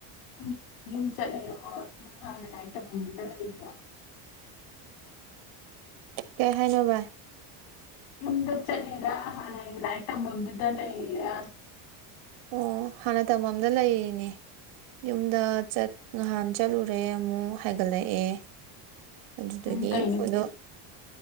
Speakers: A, on the left; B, on the right.
A: ꯌꯨꯝ ꯌꯨꯝ ꯆꯠꯂꯔꯣ ꯅꯪ ꯍꯥꯟꯅ ꯂꯥꯏꯔꯤꯛ ꯇꯐꯝꯗꯨꯗ ꯂꯩꯕꯤꯔꯣ
B: ꯀꯩ ꯍꯥꯏꯥꯏꯅꯚꯥꯏ
A: ꯌꯨꯝꯗ ꯆꯠꯂꯤꯔ ꯍꯥꯟꯅꯒꯤ ꯂꯥꯏꯔꯤꯛ ꯇꯝꯐꯝꯗꯨꯗ ꯂꯩꯔꯤꯔꯥ
B: ꯑꯣ ꯍꯥꯟꯅ ꯇꯝꯐꯝꯝꯗ ꯂꯩꯔꯤꯅꯦ ꯌꯨꯝꯗ ꯆꯠ ꯉꯍꯥꯟ ꯆꯠꯂꯨꯔꯦ ꯑꯃꯨꯛ ꯍꯥꯏꯒꯠꯂꯛꯑꯦ ꯑꯗꯨꯗꯒꯤ
A: ꯎꯝ
B: ꯑꯩꯈꯣꯏꯗꯣ
A: ꯀꯩ ꯅꯨꯃꯤꯠꯇ